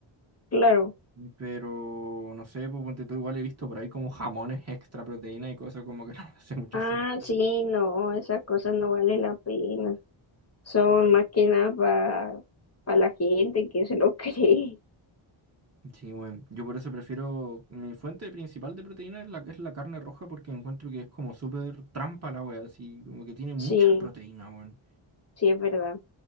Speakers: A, on the left; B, on the right.
A: claro.
B: Pero no sé, pues ponte tú igual he visto por ahí como jamones extra proteína y cosas como que <laughs> no me hace mucho
A: Ah,
B: sentido.
A: sí, no, esas cosas no vale la pena. Son más que nada para la gente que se lo <laughs> cree.
B: Sí, bueno, yo por eso prefiero mi fuente principal de proteína es la, es la carne roja porque encuentro que es como súper trampa la wea, así como que tiene mucha
A: Sí,
B: proteína, weón.
A: sí, es verdad.